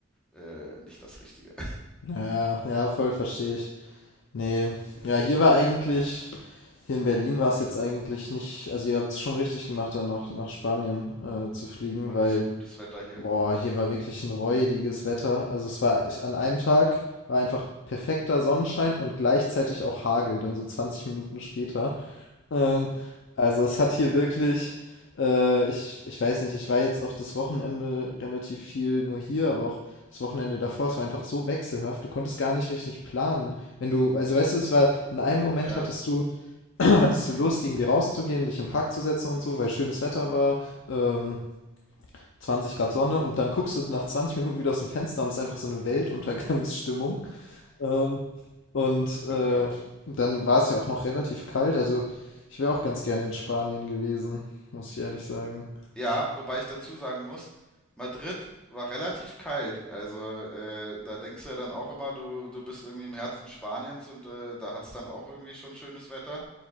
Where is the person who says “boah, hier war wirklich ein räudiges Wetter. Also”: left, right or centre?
Left